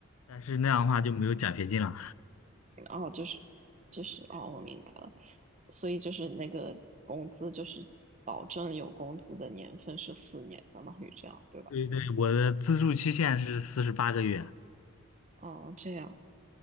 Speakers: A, on the left (about 80°); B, on the right (about 30°).
A: 但是那样的话就没有奖学金了。
B: 哦，就是就是哦，我明白了。所以就是那个工资就是保证有工资的年份是四年，相当于这样，对吧？
A: 对对，我的资助期限是四十八个月，
B: 哦，这样。